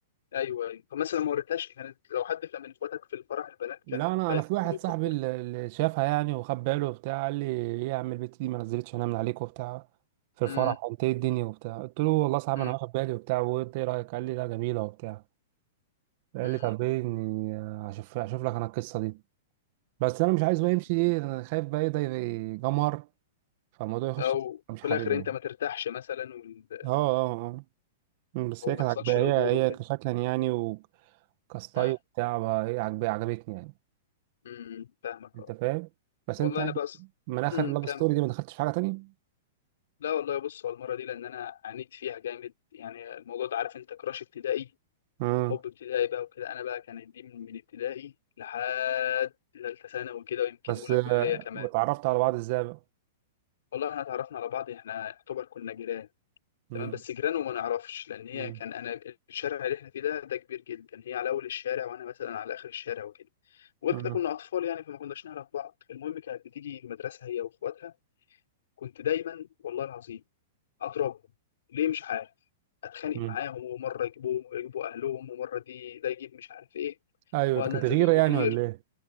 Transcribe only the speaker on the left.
ايوه ايوه فمثلا ما وريتهاش كانت لو حد كان من اخواتك في الفرح البنات كانوا
بعت
لي
فيديو
في الحر
امم
امم
امم
يعني
لو
في
الاخر انت
ما ترتاحش مثلا وال-
او
ما يحصلش
قبول
وكده
امم
امم فاهمك
اه
والله
انا بس
امم
كم
لا والله بص هو المره دي لان انا عانيت فيها جامد يعني الموضوع ده عارف انت كراش ابتدائي
وحب ابتدائي بقى وكده انا بقى كانت دي من من ابتدائي لحد ثالثه ثانوي كده ويمكن
اولى
كليه كمان
والله احنا اتعرفنا على بعض احنا يعتبر كنا جيران
تمام بس جيران وما نعرفش لان هي
كان انا الشارع اللي احنا فيه ده ده كبير جدا هي على اول الشارع وانا مثلا على اخر الشارع وكده وغير
كده كنا اطفال يعني فما كناش نعرف بعض المهم كانت بتيجي المدرسه هي واخواتها كنت دايما والله العظيم اضربهم ليه مش عارف اتخانق
معاهم ومره يجيبوهم ويجيبوا اهلهم ومره دي ده يجيب مش عارف ايه
وانا
انزل
للمدير